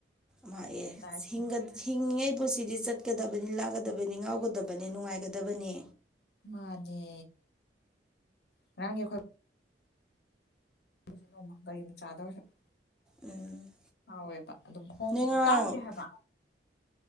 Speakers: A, in the centre; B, on the left (about 65°).
A: ꯃꯥꯥ ꯑꯦ
B: ꯂꯥꯏꯐꯁꯦ
A: ꯁꯤꯡꯒ꯫ ꯍꯤꯡꯂꯤꯉꯩ ꯄꯨꯟꯁꯤꯗꯤ ꯆꯠꯀꯗꯕꯅꯤ ꯂꯥꯡꯒꯗꯕꯅꯤ ꯉꯥꯎꯒꯗꯕꯅꯤ ꯅꯨꯡꯉꯥꯏꯒꯗꯕꯅꯤ꯫
B: ꯃꯥꯅꯦ ꯉꯔꯥꯡꯗꯤ ꯑꯈꯣꯏ ꯆꯠꯂꯨꯁꯦ ꯅꯣꯡꯃ ꯒꯥꯔꯤ ꯃꯆꯥꯗ ꯑꯣꯏꯔꯁꯨ
A: ꯎꯝ꯫
B: ꯍꯥꯎꯋꯦꯕ ꯑꯗꯨꯝ ꯍꯣꯡꯁꯨ
A: ꯅꯣꯏ ꯉꯔꯥꯡ
B: ꯇꯥꯡꯗꯦ ꯍꯥꯏꯕ